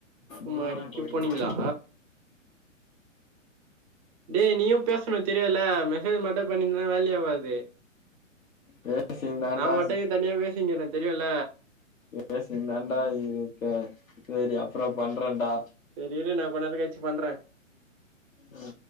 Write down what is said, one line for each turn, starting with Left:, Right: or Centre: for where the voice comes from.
Right: குமாரிக்கு
Left: முருகன் கோயில்
Right: போனீங்ளா டேய் நீயு பேசணு தெரியுல மெசேஜ் மட்டு பண்ணிந்தா வேலேயாவாது
Left: பேசிந்தாண்டா
Right: நா மட்டுயி தனியா பேசிங்கிற தெரியுல
Left: பேசிந்தான்டா இருக்கேன் இப்ப செரி அப்றோ பண்றன்டா
Right: செரி இரு நா கொணறு கழிச்சி பண்றே
Left: ம்